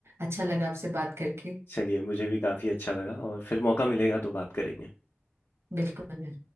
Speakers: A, on the right; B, on the left.
A: अच्छा लगा आपसे बात करके
B: चलिए मुझे भी काफी अच्छा लगा और फिर मौका मिलेगा तो बात करेंगे
A: बिल्कुल